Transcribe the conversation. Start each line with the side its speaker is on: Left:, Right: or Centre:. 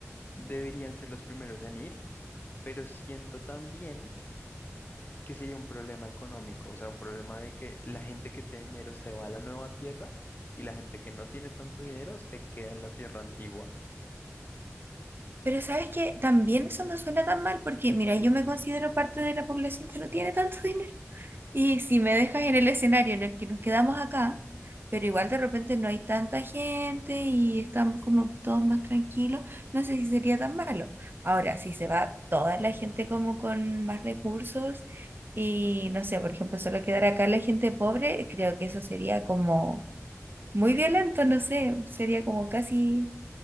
Left: deberían ser los primeros en ir, pero siento también que sería un problema económico, o sea, un problema de que la gente que tiene dinero se va a la nueva tierra y la gente que no tiene tanto dinero se queda en la tierra antigua.
Right: Pero sabes que también eso no suena tan mal porque, mira, yo me considero parte de la población que no tiene tanto <laughs> dinero. Y si me dejas en el escenario en el que nos quedamos acá, pero igual de repente no hay tanta gente y estamos como todos más tranquilos, no sé si sería tan malo. Ahora, si se va toda la gente como con más recursos y no sé, por ejemplo, solo quedar acá la gente pobre, creo que eso sería como muy violento, no sé, sería como casi